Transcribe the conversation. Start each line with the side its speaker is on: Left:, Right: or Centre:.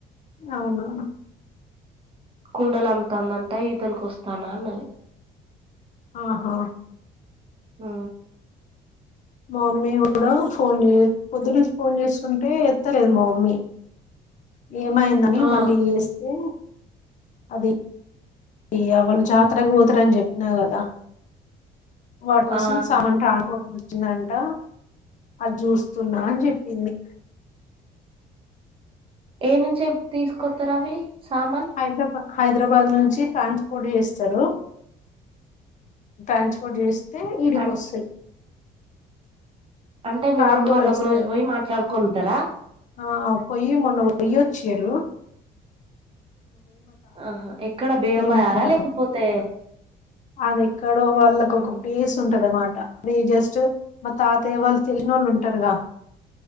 Left: అవునా
Right: కుండలు అమ్ముతందంటా ఈతలకొస్తానా అన్నది
Left: ఆహా
Right: ఆ
Left: మా మమ్మీ కూడా ఫోన్ చే పొద్దునుంచి ఫోన్ చేసుంటే ఎత్తలేదు మా మమ్మీ ఏమైందని
Right: ఆ
Left: మళ్ళీ చేస్తే అది ఇగ వాళ్ళు జాతరకు పోతారని చెప్పిన కదా వాటి కోసం
Right: ఆ
Left: సామాన్ ట్రాన్స్ వచ్చిందంట అది చూస్తున్నా అని చెప్పింది
Right: ఏ నుంచే తీసుకొతారు అవి సామన్
Left: హైదరాబాద్ హైదరాబాద్ నుంచి ట్రాన్స్పోర్ట్ చేస్తారు ట్రాన్పోటు చేస్ తే ఇడికొస్తాయి
Right: అన్ అంటే మీ
Left: కార్గోలో
Right: మమ్మీ వాళ్ళు ఒక
Left: ఇస్తారు
Right: రోజు పోయి మాట్లాడుకుంటారా
Left: ఆ పోయి మొన్న పోయ్యొచ్చిరు
Right: ఆహా ఎక్కడ బేగం బజార
Left: ఉంటాడు కదా
Right: లేకపోతే
Left: అది ఎక్కడో వాళ్ళకు
Right: ఉహు
Left: ఒక ప్లేస్ ఉంటది అన్నమాట రీ జస్ట్ మా తాతయ వాళ్ళు తెలిన వాళ్ళు ఉంటారుగా